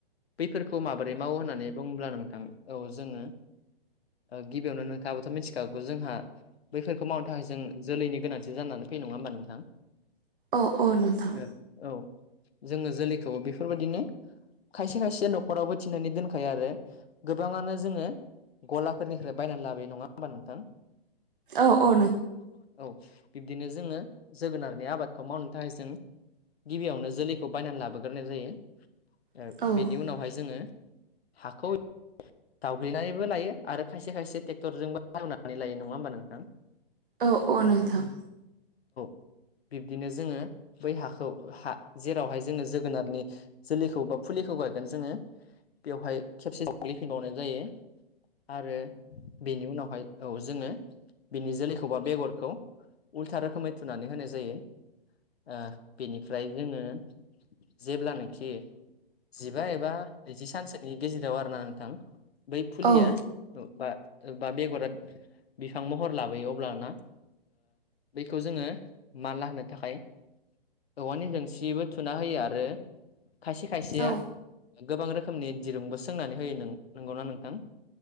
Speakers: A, on the left; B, on the right.
A: बैफोरखौ माबोरै मावो होननानै बुं ब्ला नोंथां औ जोङो ओ गिबियावनो नोंथाङाबोथ' मिथिखागौ जोंहा बैफोरखौ मावनो थाखाय जों जोलैनि गोनांथि जानानै फैनाय नङा होमबा नोंथां?
B: औ औ नोंथां
A: ओ औ जोङो जोलैखौ बेफोर बादिनो खायसे खायसे न'खरावबो थिनानै दोनखायो आरो गोबाङानो जोङो गलाफोरनिफ्राय बायनानै लाबोयो नङा होमबा नोंथां
B: औ
A: ए
B: औ नोंथां औ
A: औ बिब्दिनो जोङो जोगोनारनि आबादखौ मावनो थाखाय जों गिबियावनो जोलैखौ बायनानै लाबोग्रोनाय जायो
B: औ
A: बेनि उनावहाय जोङो हाखौ जावग्लिनानैबो लायो आरो खायसे खायसे ट्रेक्टरजोंबो <inaudible> मावनानै लायो नङा होमबा नोंथां?
B: औ अ
A: ओ
B: नोंथां।
A: <inaudible> बिब्दिनो जोङो बै हाखौ हा जेरावहाय जोङो जोगोनारनि जोलैखौ बा फुलिखौ गाय जोङो बेवहाय खेबसे <inaudible> फिबावनाय जायो आरो बेनि उनावहाय औ जोङो बिनि जोलैखौ बा बेगरखौ उल्था रोखोमै थुनानै होनाय जायो। ओ बेनिफ्राय जोङो जेब्लानोखि जिबा एबा नैजि सानसोनि गेजेराव आर ना नो थां बै फुलिया।
B: औ
A: औ बा ओ बा बेगरा बिफां महर लाबोयो अब्लाना बेखौ जोङो माला होनो थाखाय औवानि जोंसिबो थुना होयो आरो। खायसे खायसेया
B: औ
A: गोबां रोखोमनि दिरुंबो सोंनानै होयो नोंगौना नोंथां।